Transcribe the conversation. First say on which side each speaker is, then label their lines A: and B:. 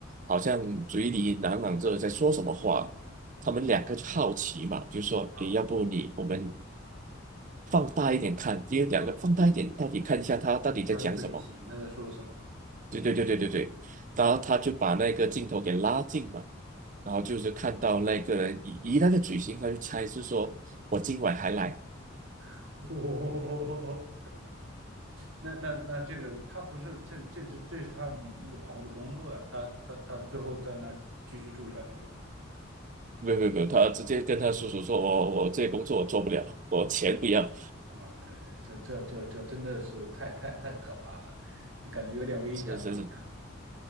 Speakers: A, on the right; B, on the right.
A: 好像嘴里喃喃着在说什么话，他们两个就好奇嘛，就说，
B: 啊
A: 诶，要不你我们放大一点看，因为两个放大一点，
B: 啊，
A: 到底看一下他到底在讲什么。
B: 他的嘴型，他在说什么？
A: 对对对对对对，然后他就把那个镜头给拉近嘛，然后就是看到那个人以以那个嘴型，他就猜是说我今晚还来，
B: <laughs> 哦，那那那这个他不是这这是这是他你的那个朋友的工作呀，他他他最后在那儿继续住下去了吗？
A: 没有没有没有，他直接跟他叔叔说，我我这工作我做不了，我钱不要，
B: 啊，对对，这这这这真的是太太太可怕了，你感觉有点危险吧？
A: 是是是，